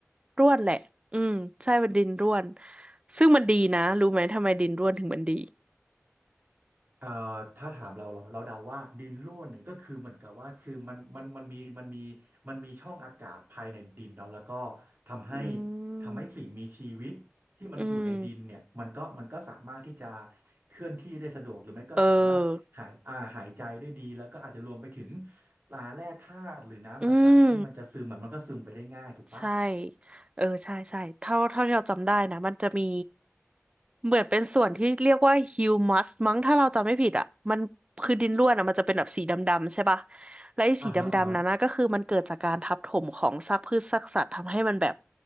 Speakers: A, on the right (about 25°); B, on the right (about 50°).
A: ร่วนแหละอืมใช่เป็นดินร่วน ซึ่งมันดีนะ รู้ไหมทำไมดินร่วนถึงมันดี
B: เอ่อถ้าถามเราเราเราเดาว่าดินร่วนเนี่ยก็คือเหมือนกับว่าคือมันมันมันมีมันมีมันมีช่องอากาศภายในดินเนาะแล้วก็ทำให้
A: อื
B: ทำให้สิ่งมีชีวิตที่มันอยู่ในดินเนี่ยมันก็มันก็สามารถที่จะ
A: มอืม
B: เคลื่อนที่ได้สะดวกหรือไม่ก็สามารถหายอ่าหายใจได้ดีแล้วก็อาจจะรวมไปถึง
A: เออ
B: ปลาแร่ธาตุหรือน้ำต่างๆที่มันจะซึมอะมันก็ซึมไปได้ง่ายถูกปะ
A: อืม ใช่ เออ ใช่ใช่เท่าเท่าที่เราจำได้นะมันจะมีเหมือนเป็นส่วนที่เรียกว่าฮิวมัสมั้งถ้าเราจำไม่ผิดอ่ะมันคือดินร่วนอ่ะมันจะเป็นแบบสีดำๆใช่ปะ และไอ้สีดำๆนั้นนะก็คือมันเกิดจากการทับถมของซากพืชซากสัตว์ทำให้มันแบบ
B: อ่าฮะอ่าฮะ